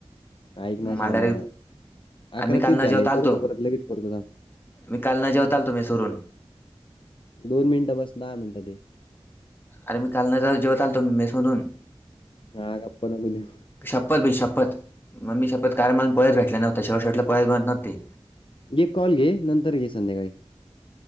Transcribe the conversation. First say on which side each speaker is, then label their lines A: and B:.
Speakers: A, on the left (about 55°); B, on the left (about 20°).
A: ऐक
B: मग
A: ना
B: मला
A: श्याम्या,
B: डायरेक्ट
A: अकरा
B: अरे मी काल
A: तीस झाले,
B: न जेवता आलतो
A: करू का परत लगेच करतो थाब.
B: मी काल न जेवता आलतो मेस वरून.
A: दोन मिनिटं बसनार दहा मिनिटात ये.
B: अरे मी काल न जेव जेवता आलतो मेस मधून.
A: ह गप्पा नको देऊ.
B: शपथ भाई शपथ म मी शपथ काल मला पोळ्याच भेटल्या नव्हत्या, शेवट शेटला पोळ्याच बनंत नव्हते.
A: एक कॉल घे, नंतर घे संध्याकाळी.